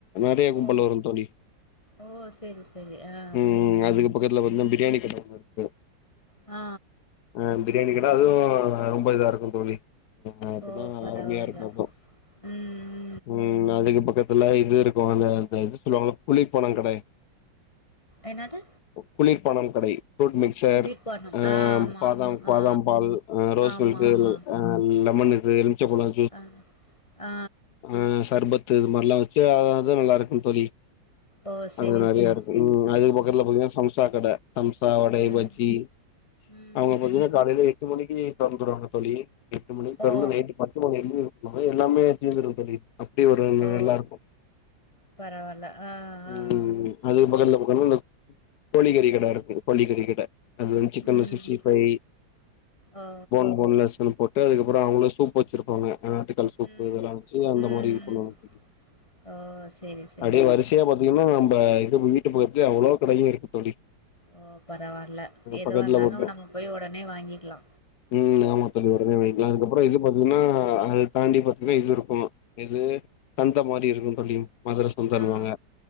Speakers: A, on the left; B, on the left.
A: நெறைய கும்பல்
B: ஓ
A: வரு தோழி
B: ஓ செரி செரி ஆ
A: ம் ம் அதுக்கு பக்கத்துல <unintelligible> பிரியாணி கட ஒன்னு இருக்கு
B: ஆ
A: ஆ பிரியாணி கட அதுவு ரொம்ப இதா இருக்கு தோழி அப்பதா
B: ஓ பரவால்ல
A: அருமையா இருக்கு அது
B: ம்
A: ம் அதுக்கு பக்கத்துல இது இருக்கு அந்த இது சொல்லுவாங்க குளிர்பணம் கடை
B: என்னது
A: குளிர்பணம் கடை ஃப்ரூட் மிக்சர்
B: கூட்டிட்டு போறணும்
A: ஆம்
B: ஆ ஆமா
A: பாதாம்
B: ஆமா
A: பாதாம்
B: ஆ
A: பால் ஆ ரோஸ்
B: ஆமா
A: மில்க்கு
B: ஆமா
A: ஆ லெமன் இது எலிமிச்ச பழ
B: அ ஆ
A: ஆ சர்பத்து இது மாதிரில்லா வச்சு அதுவு நல்லாருக்கு தோழி
B: ஓ செரி
A: அதுவு நெறைய
B: செரி
A: இருக்கு
B: செரி
A: ம் அதுக்கு பக்கத்துல பாத்தீங்கன்னா சம்சா கட சம்சா வடை
B: ம்
A: பஜ்ஜி
B: ம்
A: அவங்க பாத்தீங்கன்னா காலையில எட்டு மணிக்கு தொறந்துருவாங்க தோழி எட்டு மணிக்கு தொடர்ந்து
B: ஓ
A: நைட்டு பத்து மணி வரையிலு இது எல்லாமே தீந்துரு தோழி அப்டி ஒரு
B: ஓ
A: நல்லாருக்கு
B: பரவால்ல ஆ
A: ம்
B: ஆ ஆ.
A: அதுக்கு பக்கத்துல பக்கத்துல அந்த கோழிகறி கடை இருக்கு கோழிக்கறி கடை அதுல சிக்கன்
B: ம்
A: சீஸ்டி பை
B: ஓ
A: போன் போன்லெஸ்ன்னு போட் அதுக்கப்பற அவங்களு சூப் வச்சிருப்பாங்க <unintelligible> மட்டன் சூப்
B: ம்
A: இதெல்லா வச்சு அந்த
B: ம் ம்
A: மாரி இது பண்ணுவாங்க தெரியு
B: ஓ செரி செரி
A: அப்டியே
B: செரி
A: வரிசையா ப இனிமே நம்ப இது வீட்டுக்கு பக்கத்துலே அவ்ளோ கடையே இருக்கு தோழி
B: ஓ பரவால்ல எதுவா
A: பக்கத்துல
B: இருந்தாலு
A: மட்டு
B: நம்ம போய் உடனே வாங்கிக்கலா
A: ம் ஆமா தோழி ஒடனே
B: ம்
A: வாங்க்கலா அதுக்கப்றோ இது பாத்தீங்ன்னா அ நைண்டி பெர்ஸன்ட்ஜ் இது இருக்கனோ எது சந்த மாரி இருக்கூ தோழி மதுர சந்தன்னு
B: ஆ
A: வாங்க